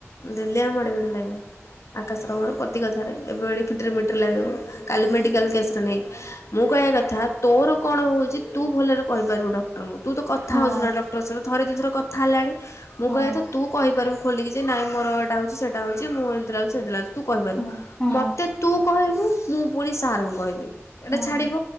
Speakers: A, on the left; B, on the left.
A: ଡେଲି ଆମେ ମାଡଗୋଳି ଲାଗିବୁ। ଆକାଶର ମୋର ପ୍ରତି କଥାରେ ଏବେ ଓଳି କିଟ୍ରରେ ମିଟ୍ରି ଲାଗିମୁ କାଲି ମେଡ଼ିକାଲ୍ କେସେ୍ ରେ ନେଇକି। ମୁଁ କହିବା କଥା ତୋର କଣ ହଉଛି ତୁ ଭଲରେ କହିପାରିବୁ ଡଃ କ୍ଟରଙ୍କୁ ତୁ କଥା
B: ହଁ
A: ହଉଛୁ ନା ଡକ୍ଟରଙ୍କ ସହିତ ଥରେ ଦିଇ ଥର କଥା ହେଲାଣି ମୁଁ
B: ହଁ
A: କହିବା କଥା ତୁ କହିପାରିବୁ ଖୋଲିକି ଯେ ନାଇଁ ମୋର ଏଇଟା ହେଉଛି ସେଇଟା ହେଉଛି ମୁଁ ଏମିତି ଲାଗୁଛି ସେମିତି ଲାଗୁଛି ତୁ କହିପାରିବୁ
B: ହଁ ହଁ
A: ମୋତେ ତୁ କହିବୁ ମୁଁ ପୁଣି ସାର୍ ଙ୍କୁ କହିବି ଏଇଟା
B: ହଁ
A: ଛାଡ଼ିବ